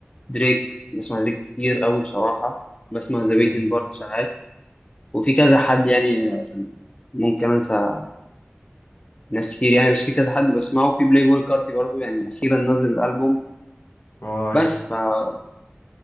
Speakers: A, on the left (about 25°); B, on the left (about 70°).
A: دريك بسمع دريك كتير قوي بصراحه بسمع ذا
B: مم.
A: ويكند برضه ساعات وفي كذا حد يعني عشان ممكن انسى ناس كتير يعني بس في كذا حد بسمعه في بلاي بوي كارتي برضه يعني اخيرا نزل الالبوم
B: اه
A: بس
B: ايوه
A: فالناس